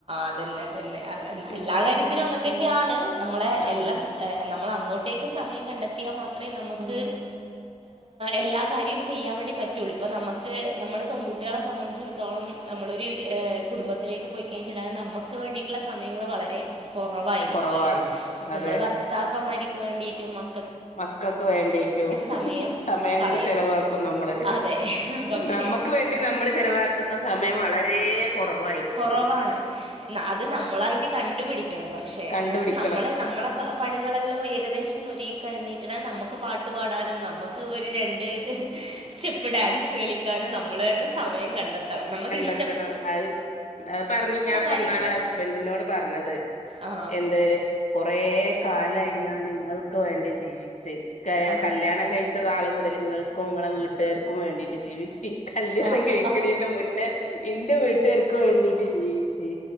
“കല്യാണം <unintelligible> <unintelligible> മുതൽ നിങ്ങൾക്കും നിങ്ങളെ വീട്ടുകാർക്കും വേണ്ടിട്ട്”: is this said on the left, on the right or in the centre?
Left